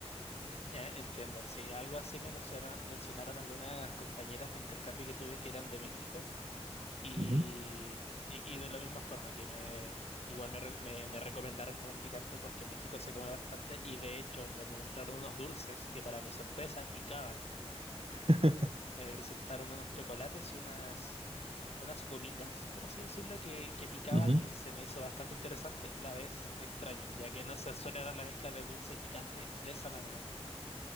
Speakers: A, on the left (about 70°); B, on the right (about 60°).
A: Ya, entiendo, sí, algo así me menciona- mencionaron algunas compañeras de intercambio que tuve que eran de México y,
B: Ujú.
A: y, y de la misma forma que me igual me, re- me, me recomendaron comer picante porque en México se come bastante y de hecho me mostraron unos dulces que para mi sorpresa picaban.
B: <laughs>
A: Eh, Me presentaron unos chocolates y unas, unas gomitas, por así decirlo, que, que picaban
B: Ujú.
A: y se me hizo bastante interesante, a la vez extraño, ya que no se suele dar la mezcla de dulce y picante de esa manera.